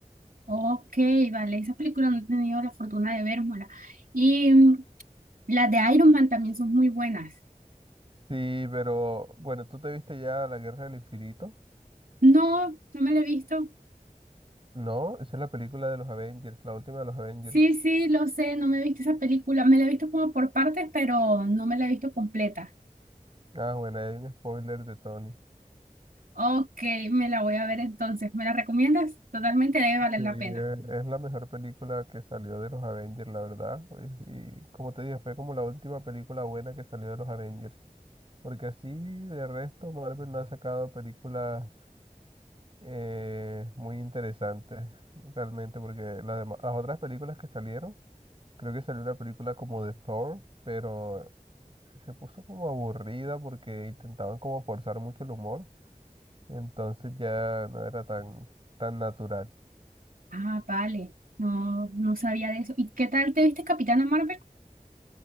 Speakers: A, on the right; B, on the right.
A: Ok, vale, esas películas no he tenido la fortuna de verlas. Y mm, las de Iron Man también son muy buenas.
B: Sí, pero bueno, tú te viste ya La Guerra del Infinito.
A: No, no me la he visto.
B: No, esa es la película de los Avengers, la última de los Avengers.
A: Sí, sí, lo sé, no me he visto esa película. Me la he visto como por partes, pero no me la he visto completa.
B: Ah, bueno, ahí hay un spoiler de Tony.
A: Ok, me la voy a ver entonces. ¿Me la recomiendas? Totalmente debe valer
B: Sí, eh,
A: la pena.
B: es la mejor película que salió de los Avengers, la verdad. Y, y como te dije, fue como la última película buena que salió de los Avengers. Porque así de resto Marvel no ha sacado películas eh, muy interesantes realmente, porque las dema- las otras películas que salieron, creo que salió una película como de Thor, pero se puso como aburrida porque intentaban como forzar mucho el humor, entonces ya no era tan, tan natural.
A: Ah, vale. No, no sabía de eso. ¿Y qué tal te viste Capitana Marvel?